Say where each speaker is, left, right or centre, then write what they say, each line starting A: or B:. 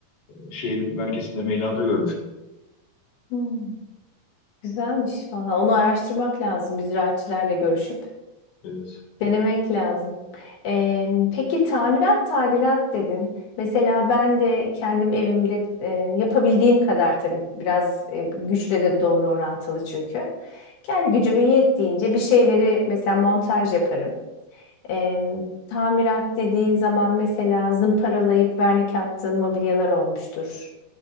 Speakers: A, on the left (about 45°); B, on the left (about 80°).
A: Şehrin merkezinde meydanda görmüştüm.
B: Hmm, güzelmiş valla. Onu araştırmak lazım. Biz ziraatçilerle görüşüp.
A: Evet.
B: Denemek lazım. Ee, peki tamirat tadilat dedin. Mesela ben de kendim evimde e, yapabildiğim kadar tabii biraz e, güçle de doğru orantılı çünkü. Kendi gücümün yettiğince bir şeyleri mesela montaj yaparım. E, tamirat dediğin zaman mesela zımparalayıp vernik attığın mobilyalar olmuştur.